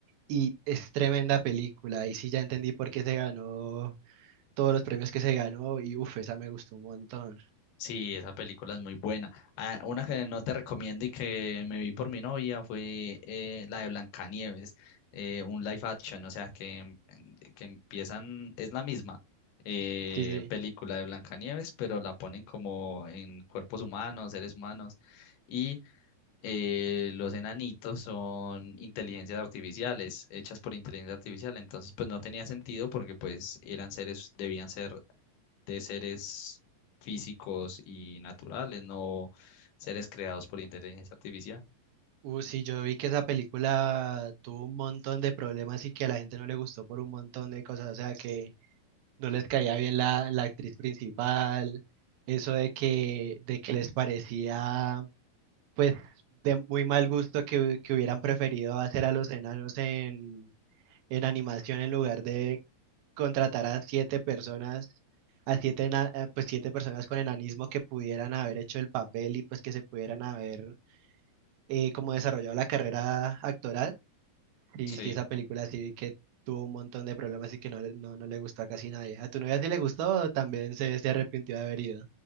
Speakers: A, on the right; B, on the left.
A: y es tremenda película. Y sí ya entendí por qué se ganó todos los premios que se ganó y uf, esa me gustó un montón.
B: Sí, esa película es muy buena. Ah, una que no te recomiendo y que me vi por mi novia fue eh, la de Blancanieves, eh, un live action, o sea, que, em- que empiezan, es la misma eh,
A: Sí, sí.
B: película de Blancanieves, pero la ponen como en cuerpos humanos, seres humanos, y eh, los enanitos son inteligencias artificiales, hechas por inteligencia artificial, entonces pues no tenía sentido porque pues eran seres, debían ser de seres físicos y naturales, no seres creados por inteligencia artificial.
A: Uh, sí, yo vi que esa película tuvo un montón de problemas y que a la gente no le gustó por un montón de cosas. O sea que... no les caía bien la, la actriz principal, eso de que, de que les parecía pues de muy mal gusto que, que hubieran preferido hacer a los enanos en, en animación en lugar de contratar a siete personas, a siete, ena- eh, pues siete personas con enanismo que pudieran haber hecho el papel y pues que se pudieran haber eh, como desarrollado la carrera actoral Sí,
B: Sí.
A: sí, esa película sí vi que tuvo un montón de problemas y que no, le- no, no le gustó a casi nadie. ¿A tu novia sí le gustó o también se, se arrepintió de haber ido?